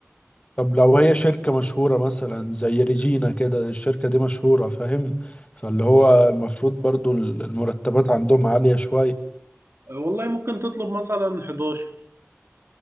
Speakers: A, on the left (about 25°); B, on the right (about 60°).
A: طب لو هي شركة مشهورة مثلا زي ريجينا كده الشركة دي مشهورة فاهم فاللي هو المفروض برضو المرتبات عندهم عالية شوية
B: والله ممكن تطلب مثلا 11